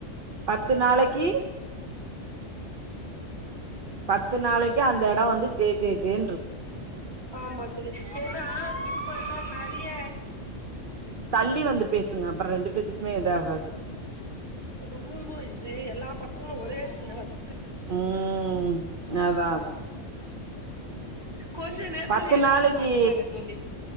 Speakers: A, on the right; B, on the right.
A: பத்து நாளைக்கு பத்து நாளைக்கு அந்த இடம் வந்து ஜே ஜே ஜேன்னு இருக்கு
B: ஆமா தோழி ஏனா இப்ப எல்லா நெறைய
A: தள்ளி வந்து பேசுங்க அப்றம் ரெண்டு பேத்துக்குமே இது ஆகாது
B: ரொம்ப இது எல்லா பசங்களு ஒரே இடத்துல வந்து
A: ம் அத அதா
B: கொஞ்ச நேரத்துல
A: பத்து
B: எல்லாரு
A: நாளைக்கி
B: வந்துட்டாங்க தோழி